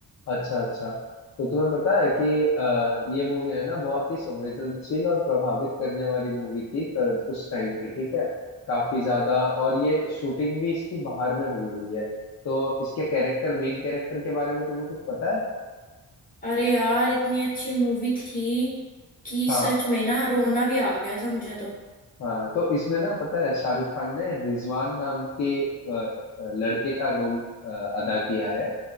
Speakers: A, on the left; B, on the left.
A: अच्छा अच्छा तो तुम्हें पता है कि अ, ये मूवी है ना बहुत ही संवेदनशील और प्रभावित करने वाली मूवी थी त- उस टाइम की ठीक है काफी ज्यादा और ये शूटिंग भी इसकी बाहर में हुई हुई है तो इसके कैरेक्टर मेन कैरेक्टर के बारे में तुम्हें कुछ पता है
B: अरे यार इतनी अच्छी मूवी थी कि
A: हाँ
B: सच में ना रोना भी आ गया था मुझे तो
A: हाँ तो इसमें ना पता है शाहरुख खान ने रिजवान नाम के अ, अ, लड़के का रोल अ, अदा किया है